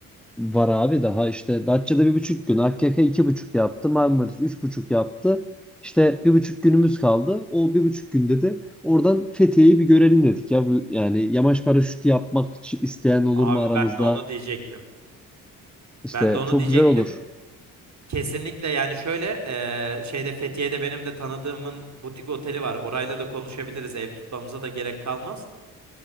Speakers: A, in the centre; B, on the right.
A: Var abi daha işte Datça'da bir buçuk gün, AKK iki buçuk yaptı, Marmaris üç buçuk yaptı. İşte bir buçuk günümüz kaldı. O bir buçuk günde de oradan Fethiye'yi bir görelim dedik ya. Bu, yani yamaç paraşütü yapmak için isteyen olur
B: Abi
A: mu aramızda?
B: ben de onu diyecektim.
A: İşte
B: Ben de onu
A: çok
B: diyecektim.
A: güzel olur.
B: Kesinlikle yani şöyle eee, şeyde Fethiye'de benim de tanıdığımın butik oteli var. Orayla da konuşabiliriz. Ev tutmamıza da gerek kalmaz.